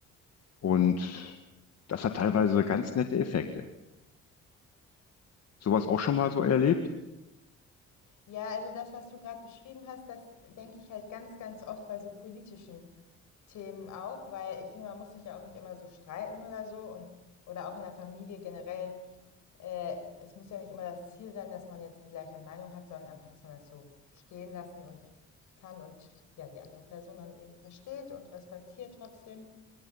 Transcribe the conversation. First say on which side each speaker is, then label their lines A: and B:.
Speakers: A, on the left; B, on the left.
A: Und das hat teilweise ganz nette Effekte. Sowas
B: ja.
A: auch schon mal so erlebt?
B: Ja, also das, was du gerade beschrieben hast, das denke ich halt ganz, ganz oft bei so politischen Themen auch, weil ich finde, man muss sich ja auch nicht immer so streiten oder so und oder auch in der Familie generell. Äh, es muss ja nicht immer das Ziel sein, dass man jetzt die gleiche Meinung hat, sondern einfach, dass man das so stehen lassen und kann und ja die andere Person dann eben versteht und respektiert trotzdem.